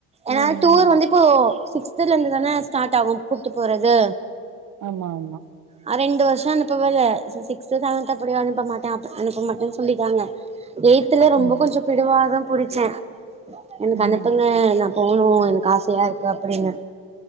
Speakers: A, on the right; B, on the right.
A: ஏன
B: ம்
A: டூர்
B: ம்
A: வந்து இப்போ சிக்ஸ்துல இருந்து தானே ஸ்டார்ட் ஆகும் கூப்பிட்டு போறது
B: ஆமா ஆமா
A: ஆ ரெண்டு வருஷம் அனுப்பவே இல்ல சிக்ஸ்த்து செவன்த்து அப்படிய அனுப்ப மாட்டேன் அனுப்ப மாட்டேன்னு சொல் புளிகாங்கா ஏய்த்துல ரொம்ப
B: ம்
A: கொஞ்சோ பிடிவாதும் புடிச்சேன் எனக்கு
B: ம்
A: அனுப்புங்க
B: ம்
A: நான் போனும் க்கு ஆசையா இருக்கு அப்படின்னு